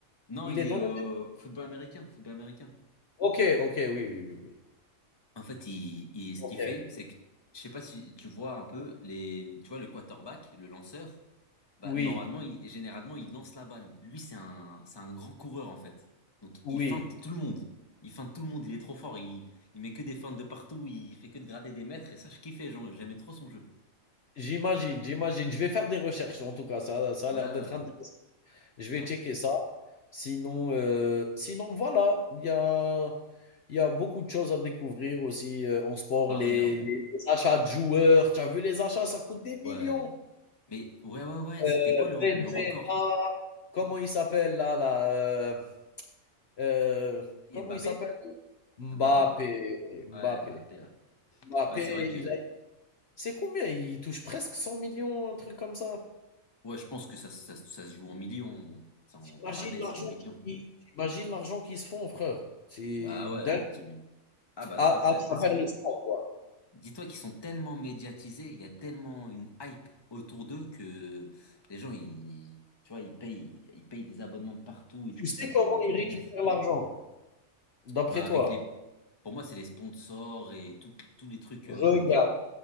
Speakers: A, on the left (about 20°); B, on the left (about 55°).
A: Non,
B: Il
A: il
B: est
A: est
B: dans
A: euh,
B: le
A: football américain, football américain.
B: OK, OK, oui, oui, oui, oui.
A: En fait, il, il, ce
B: OK.
A: qu'il fait, c'est que, je sais pas si tu vois un peu les, tu vois le quarterback, le lanceur. Bah,
B: Oui,
A: normalement, il- généralement, il lance la balle. Lui, c'est un, c'est un grand coureur, en fait. Donc,
B: oui,
A: il feinte tout le monde. Il feinte tout le monde. Il est trop fort. Il, il met que des feintes de partout. Il fait que de gratter des mètres. Et ça, je kiffais. genre, J'aimais trop son jeu.
B: j'imagine, j'imagine. Je vais faire des recherches en tout cas, ça, ça a
A: Ouais,
B: l'air
A: ouais,
B: d'être
A: ouais.
B: intéressant. Je vais
A: Hum.
B: checker ça. Sinon, heu, sinon voilà, il y a il y a beaucoup de choses à découvrir aussi, heu, en sport.
A: Bah,
B: Les
A: regarde.
B: les les achats de joueurs, tu as vu les achats, ça coûte des millions.
A: Ouais. Mais, ouais, ouais, ouais. C'était
B: Heu,
A: quoi le,
B: Benzema,
A: le record?
B: comment il s'appelle là là, heu heu,
A: Qui,
B: comment
A: Mbappé?
B: il s'appelle? Mbappé,
A: Mbappé?
B: Mbappé,
A: Ouais, Mbappé, ouais.
B: Mbappé,
A: Ouais, c'est vrai que,
B: il a c'est combien? Il touche presque 100 millions, un truc comme ça?
A: ouais, je pense que ça, ça, ça se joue en millions. C'est en,
B: T'imagines
A: par année,
B: l'argent
A: c'est en millions.
B: qui t'imagines l'argent qu'ils se font, frère. C'est
A: Bah,
B: une
A: ouais.
B: dingue
A: tu- Ah, bah,
B: À
A: ça. bah,
B: à
A: parce
B: travers
A: que,
B: le sport, quoi.
A: Dis-toi qu'ils sont tellement médiatisés, il y a tellement une hype autour d'eux que les gens, ils, tu vois, ils payent, ils payent des abonnements de partout et
B: Tu
A: du coup,
B: sais
A: ça fait
B: comment
A: un
B: ils
A: business.
B: récupèrent l'argent, d'après
A: Bah,
B: toi?
A: avec les, pour moi, c'est les sponsors et tout- tous les trucs
B: Regarde,
A: euh, à côté, non?